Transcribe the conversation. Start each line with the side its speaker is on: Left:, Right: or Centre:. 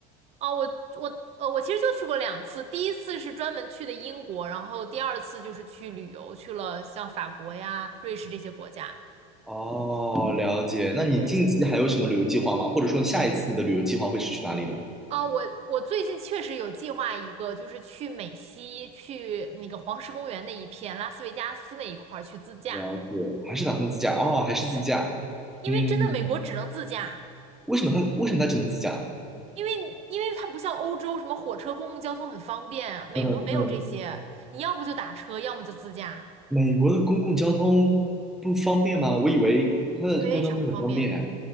Right: 哦，我我呃，我其实就去过两次，第一次是专门去的英国，然后第二次就是去旅游，去了像法国呀、瑞士这些国家。
Centre: 哦，了解。那你近期还有什么旅游计划吗？
Right: 对，
Centre: 或者说你下一次你的旅游计划会是去哪里呢？
Right: 哦，我我最近确实有计划一个，就是去美西，去那个黄石公园那一片，拉斯维加斯那一块儿去自驾，
Centre: 了解，还是打算自驾哦，还是自驾。
Right: 对，因为真的美国只能自驾，
Centre: 嗯，为什么他为什么他只能自驾？
Right: 因为因为它不像欧洲什么火车、公共交通很方便啊，美国没有这些，
Centre: 嗯嗯，
Right: 你要不就打车，要么就自驾，
Centre: 美国的公共交通不方便吗？我以为它的公共交通很方便。
Right: 非常不方便。